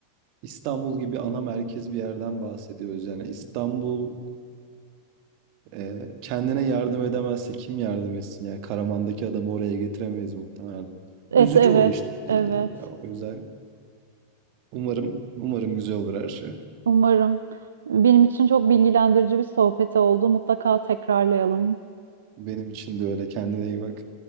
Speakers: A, on the right; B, on the right.
A: İstanbul gibi ana merkez bir yerden bahsediyoruz. Yani İstanbul e, kendine yardım edemezse kim yardım etsin? Yani Karaman'daki adamı oraya getiremeyiz muhtemelen.
B: Evet,
A: Üzücü
B: evet,
A: o işte. E,
B: evet.
A: o yüzden umarım umarım güzel olur her şey.
B: Umarım. Benim için çok bilgilendirici bir sohbet oldu. Mutlaka tekrarlayalım.
A: Benim için de öyle. Kendine iyi bak.